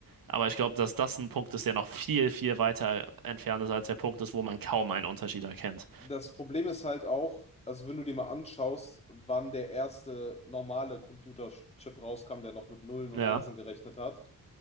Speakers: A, on the right; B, on the left.
A: Aber ich glaube, dass das ein Punkt ist, der noch viel, viel weiter entfernt ist als der Punkt ist, wo man kaum einen Unterschied erkennt.
B: Das Problem ist halt auch, also wenn du dir mal anschaust, wann der erste normale Computerchip rauskam, der noch mit Nullen
A: Ja,
B: und Einsen gerechnet hat